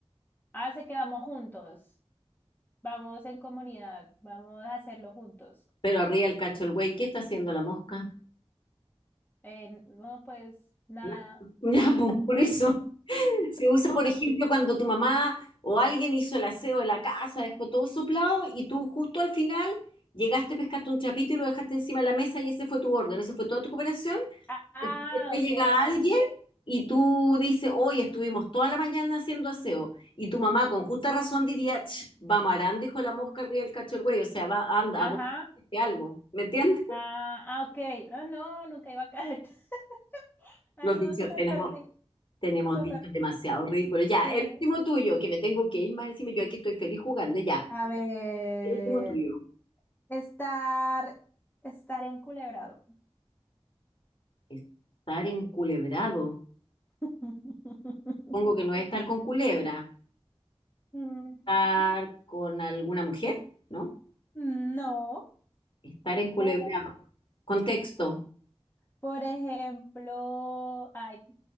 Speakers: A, on the left; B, on the left.
A: hace que vamos juntos, vamos en comunidad, vamos a hacerlo juntos.
B: Pero arriba del cacho del buey, ¿qué está haciendo la mosca?
A: Eh, no, pues nada.
B: <laughs> Ya, pues, por eso se usa, por ejemplo, cuando tu mamá o alguien hizo el aseo de la casa, dejó todo soplado y tú justo al final llegaste, pescaste un chapito y lo dejaste encima de la mesa y ese fue tu orden, esa fue toda tu cooperación.
A: Ah, ah,
B: Entonces, después
A: ok.
B: llega alguien y tú dices, hoy estuvimos toda la mañana haciendo aseo. Y tu mamá con justa razón diría, "Ch, va marando, hijo de la mosca, arriba del cacho del güey, o sea, va, anda,
A: Ajá.
B: a dónde algo. ¿Me entiendes?
A: Ah, ah, ok. Ah, no, nunca iba a caer. <laughs> Ay,
B: Los
A: no,
B: dichos,
A: súper
B: tenemos,
A: perdí.
B: Tenemos
A: Súper
B: dichos
A: perdí.
B: demasiado ridículos. Ya,
A: Sí.
B: el último tuyo, que me tengo que ir más encima, yo aquí estoy feliz jugando. Ya,
A: A ver,
B: el último tuyo.
A: estar, estar enculebrado.
B: Estar enculebrado.
A: <laughs>
B: Supongo que no es estar con culebra.
A: Mm,
B: Estar con alguna mujer, ¿no?
A: No.
B: Estar enculebrado.
A: Por,
B: Contexto.
A: por ejemplo, ay,